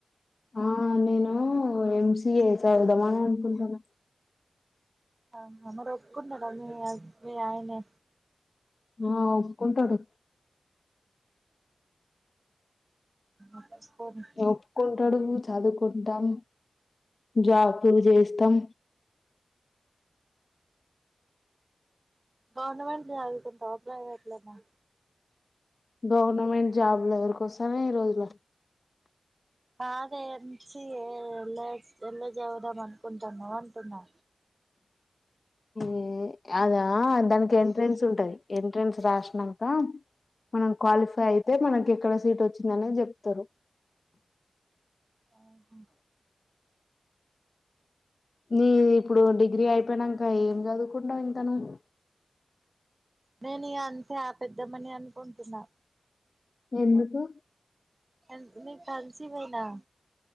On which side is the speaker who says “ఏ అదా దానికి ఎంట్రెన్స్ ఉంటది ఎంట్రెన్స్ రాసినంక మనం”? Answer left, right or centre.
Left